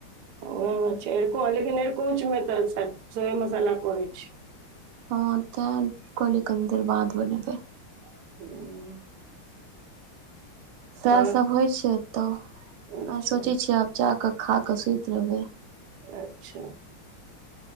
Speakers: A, on the right; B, on the right.
A: हं ओहो बात छै अरिकों लेकिन अरिकोंच मे तऽ सरिसोए मसाला पड़ै छै।
B: हँ तैं कहलियै कनी देर बाद बनेबै।
A: <unintelligible>
B: सएह
A: आओर
B: सब होइ छै अतऽ।
A: अच्छा
B: सोचै छियै आब जा कऽ खा कऽ सुति रहबै।
A: अच्छा।